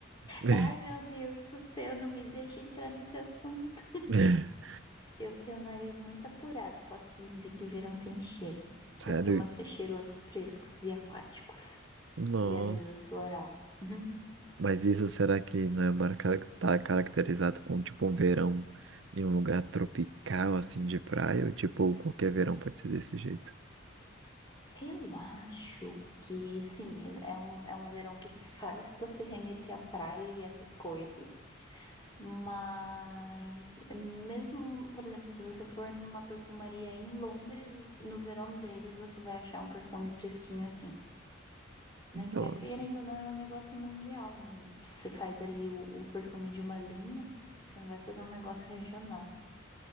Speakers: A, on the right; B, on the left.
A: É.
B: Ai, meu Deus do céu, não me deixa entrar nesse assunto.
A: <laughs>
B: Eu tenho o nariz muito apurado, posso te dizer que verão tem cheiro.
A: Sério?
B: Costuma ser cheiros frescos e aquáticos.
A: Nossa.
B: e às vezes floral. Uhum.
A: Mas isso será que não é uma cara tá caracterizado como tipo um verão em um lugar tropical assim de praia? Ou tipo, qualquer verão pode ser desse jeito?
B: Eu acho que sim, é é um, é um verão que te <laughs> faz você remeter à praia e essas coisas. Mas mesmo, por exemplo, se você for numa perfumaria em Londres, no verão deles você vai achar um perfume fresquinho assim, né?
A: Nossa.
B: Porque querendo ou não é um negócio mundial. né? Você faz ali o, o perfume de uma linha, você não vai fazer um negócio regional.